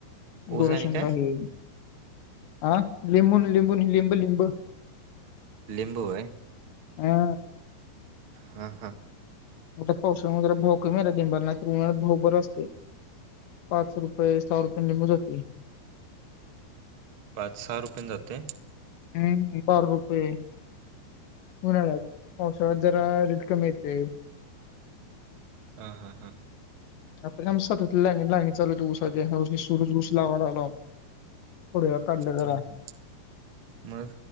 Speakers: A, on the left; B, on the right.
A: <unintelligible>
B: ऊस
A: गोशाळेला
B: आणि काय
A: आहे. हा लिंबून-लिंबून लिंब-लिंब
B: लिंबू व्हयं
A: हा
B: हा-हा,
A: उलट आता पावसाळमध्ये भाव कमी आहे ना, लिबुंलना नाहीतर उन्हाळ्यात भाव बर असते. पाच रुपये, सहा रुपयेन लिबू जाती.
B: पाच, सहा रुपयेन जातोय?
A: हम्-हम, बारा रुपये उन्हाळ्यात पावसाळय़ात जरा रेट कमी येते.
B: हा-हा-हा.
A: आपल्या ऊसात लागणी-लागणी चालु होते उस ही सुरूज ऊस लावा लागला. खुडाया काढला जरा.
B: हम्म मग